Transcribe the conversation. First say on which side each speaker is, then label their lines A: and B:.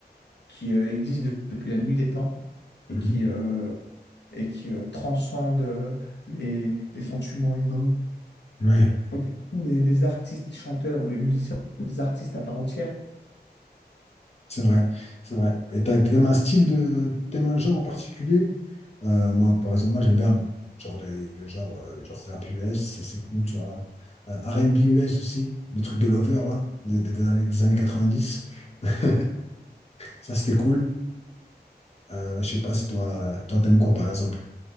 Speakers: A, on the left; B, on the left.
A: qui euh, existe de- depuis la nuit des temps
B: Mhm.
A: et qui euh, et qui euh, transcende euh, les, les sentiments humains.
B: Ouais,
A: Au début, ce sont des, des artistes, des chanteurs ou les musiciens, des artistes à part entière.
B: c'est vrai, c'est vrai. Et t'as- t'aimes un style de... T'aimes un genre en particulier? Euh, moi, par exemple, moi, j'aime bien, genre, les- le genre, euh, genre rap US, ça, c'est cool, tu vois. Euh, R&B US aussi, le truc de Lover, là, des, des- des années, des années 90. <laughs> Ça, c'était cool. Euh, je sais pas si toi, toi, t'aimes quoi, par exemple?